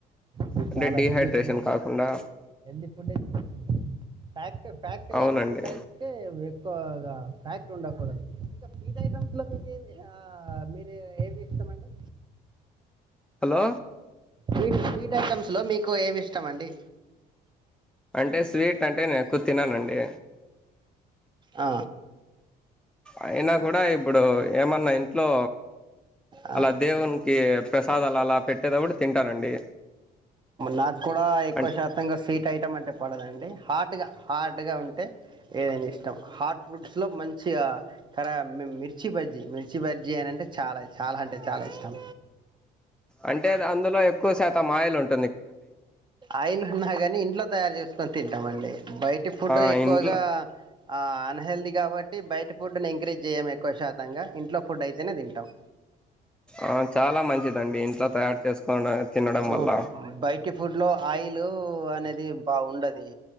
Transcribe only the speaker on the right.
మీరు
చాలా
హెల్ది ఫుడ్
హెల్ది ఫుడ్ ఏ తీసుకుంటరు అంటే ఫ్యాట్ లేని
ఫుడ్ అయితే ఎక్కువగా ఫ్యాట్ ఉండకూడదు ఇంకా స్వీట్ ఐటమ్స్ లో మీకు ఏ మీరు ఏవి ఇష్టమండి
స్వీట్ స్వీట్ ఐటమ్స్లో మీకు ఏమి ఇష్టం అండి
అ
ఆ!
నాకు కూడా ఎక్కువ
శాతంగా స్వీట్ ఐటమ్ అంటే పడదండి హార్ట్గా హార్డ్గా ఉంటే ఏదనా ఇష్ హాట్ ఫుడ్స్ లో మంచిగా కరా మిర్చి బజ్జీ మిర్చి బజ్జీ అని అంటే చాలా ఇ చాలా అంటే చాలా ఇష్టం
ఆయిల్ అన్నా కాని ఇంట్లో తయారు చేసుకొని తింటామండి బయటి ఫుడ్
ఎక్కువగా
ఆ అన్ హెల్త్ ఈ కాబట్టి టి బయట ఫుడ్ ని ఎంకరీజ్ చేయము ఎక్కువ శాతంగా ఇంట్లో ఫుడ్ అయితేనే తింటాం
ఓ
బయటి ఫుడ్ లో ఆయిల్ అనేది బాగుండది